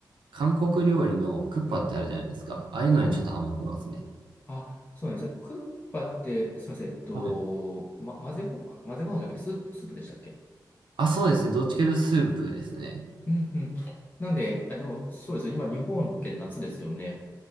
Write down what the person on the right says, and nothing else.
韓国料理のクッパってあるじゃないですか。
ああいうのにちょっとハマってますね。
はい。
あ、そうですね。どっちかというとスープですね。